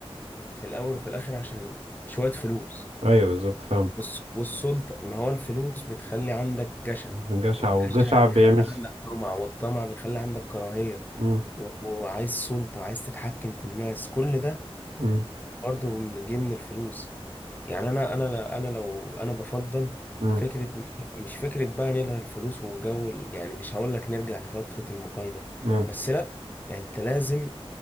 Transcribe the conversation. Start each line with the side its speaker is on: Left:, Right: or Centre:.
Left: في الأول وفي الآخر عشان شوية فلوس
Right: ايوه بالظبط فاهم
Left: والس- والسلطة ما هو الفلوس بتخلي عندك جشع
Right: الجشع
Left: والجشع
Right: والجشع
Left: بيخلي
Right: بيعمل س-
Left: عندك طمع والطمع بيخلي عندك كراهية
Right: مم،
Left: و- وعايز سلطة عايز تتحكم في الناس كل ده
Right: مم،
Left: برضه من- جه من الفلوس يعني أنا أنا أنا لو أنا بفضل
Right: مم،
Left: فكرة مش مش فكرة بقى نلغي الفلوس وجو ال- يعني مش هقول لك نرجع لفترة المقايضة
Right: مم،
Left: بس لأ يعني أنت لازم